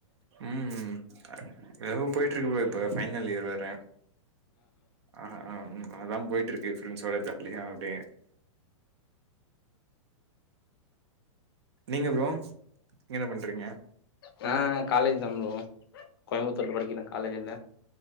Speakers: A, on the right (about 55°); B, on the left (about 45°).
A: ம் எதோ போய்ட்ருக்கு ப்ரோ இப்ப ஃபைனல் இயர் வேற ஆ ஆ அதா போய்ட்ருக்கு ஃப்ரெண்ட்ஸோட ஜாலியா அப்டே நீங்க ப்ரோ நீங்க என்ன பண்றீங்க
B: நா காலேஜ் தா ப்ரோ கோய்ம்புத்தூர்ல படிக்கிற காலேஜுல